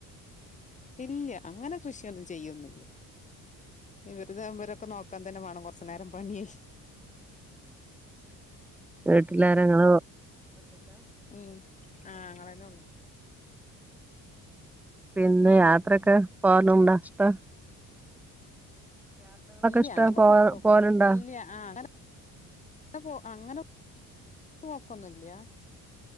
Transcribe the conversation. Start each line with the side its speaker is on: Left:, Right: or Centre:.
Left: ഇല്ലൃ അങ്ങനെ കൃഷിയൊന്നും ചെയ്യൊന്നില്ല - ഇവർ നവരൊക്കെ നോക്കാൻ തന്നെ വേണം കൊറച്ച നേരം പണി-
Centre: വീട്ടിലാരങ്ങളോ-
Left: ഉം ആഹ് അങ്ങളാ ഉള്ളു
Centre: പിന്നെ യാത്രൊക്കെ പോനും
Left: പിന്നെ
Centre: ഇഷ്ടാ-
Left: ഇല്ലൃ
Centre: ഇഷ്ട
Left: അങ്ങെ
Centre: പോ
Left: പുറത്തോക്ക
Centre: പോവലുണ്ടോ
Left: ഇല്ലൃ ആഹ് - പോ അങ്ങനെ പോക്കൊന്നില്ല-